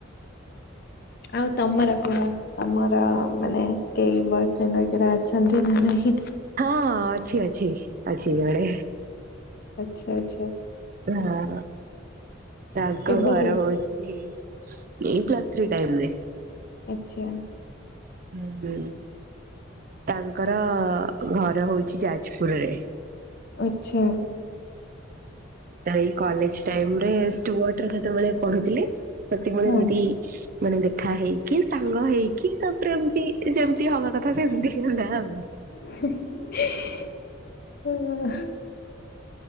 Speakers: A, on the left; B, on the right.
A: ଆଉ ତମର କୁହ। ତମର ମାନେ କେହି ବୟଫ୍ରେଣ୍ଡ ବଗେରା ଅଛନ୍ତି ନା ନାଇଁ?
B: ହଁ ଅଛି ଅଛି ଅଛି ଜଣେ।
A: ଆଚ୍ଛା ଆଚ୍ଛା।
B: ହଁ ତାଙ୍କ
A: କେବେଠୁ?
B: ଘର ହଉଛି ଏଇ ପ୍ଲସ ଥ୍ରୀ ଟାଇମରେ।
A: ଆଚ୍ଛା।
B: ହୁଁ ହୁଁ ତାଙ୍କର ଘର ହଉଛି ଯାଜପୁରରେ।
A: ଆଛା।
B: ଏଇ କଲେଜ ଟାଇମ ରେ ଷ୍ଟୁଆଟ୍ ରେ ଯେତେବେଳେ ପଢୁଥିଲେ ସେତିକି ବେଳେ
A: ହଁ
B: ଏମତି ମାନେ ଦେଖା ହେଇକି, ସାଙ୍ଗ ହେଇକି, ତାପରେ ଏମିତି ଯେମତି ହବା କଥା ସେମତି ହେଲା ଆଉ।
A: ହଁ